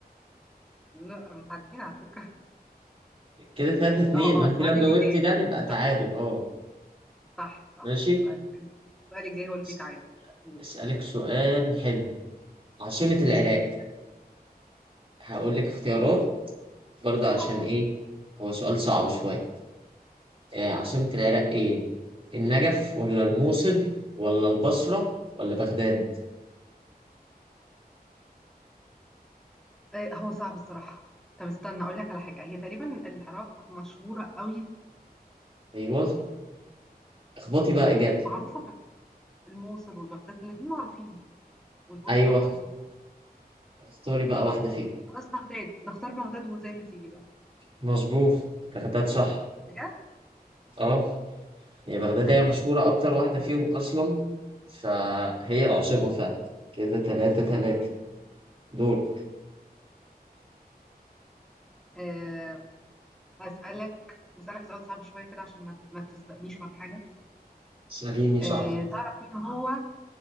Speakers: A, in the centre; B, on the right.
A: لا متعدين على فكرة
B: كده تلاتة اتنين
A: اه اه
B: ما أنت
A: السؤال
B: لو جاوبتي
A: اللي جاي
B: ده نبقى تعادل
A: صح
B: أه
A: صح صح
B: ماشي
A: يبقى ك- السؤال الجاي هو اللي فيه
B: أس-
A: تعادل قول
B: أسألك سؤال حلو عاصمة العراق هقول لك اختيارات برضه عشان
A: اه
B: إيه هو سؤال صعب شوية آه،
A: امم
B: عاصمة العراق إيه النجف ولا الموصل ولا البصرة ولا بغداد
A: آه، هو صعب الصراحة طب استنى اقول لك على حاجة هي تقريبا العراق مشهورة قوي
B: أيوه اخبطي بقى إجابة
A: معروفة في الموصل والبغداد الاتنين معروفين والبصرة
B: أيوه
A: برضو
B: اختاري بقى واحدة فيهم
A: خلاص بغداد نختار بغداد وزي ما تيجي بقى
B: مظبوط بغداد صح
A: بجد
B: أه هي بغداد
A: حلو
B: هي مشهورة
A: قوي
B: أكتر واحدة فيهم أصلا فهي العاصمة فعلا كده تلاتة تلاتة
A: امم
B: دول
A: آه، هسألك نسألك سؤال صعب شوية كده عشان ما ما تسبقنيش ولا حاجة
B: اسأليني
A: آه،
B: صح
A: تعرف مين هو